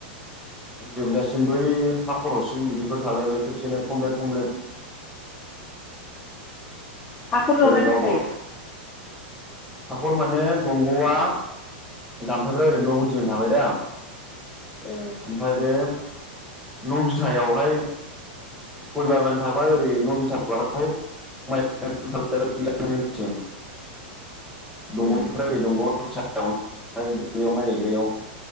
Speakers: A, in the centre; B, on the left.
A: जोबजासिम बै हा खरसिम बिदिफोर थालायबाय खेबसेनो थमब्लेट थमब्लेट
B: हाखर जावनाय
A: ओरै
B: थाखायो
A: गावबा हाखर माने दंगआ जामफैफ्रा ओरैनो नगुदिजों थाबाय दा
B: ओ
A: ओमफ्राय बे न बिथथायावहाय गय बागान थाबाय ओरै न बिथा खालामाय माइ जोंनिथिं दंगनिफ्राय
B: उम
A: ओरै दंगआव फिसा दुबलियाव माइ गायग्रायाव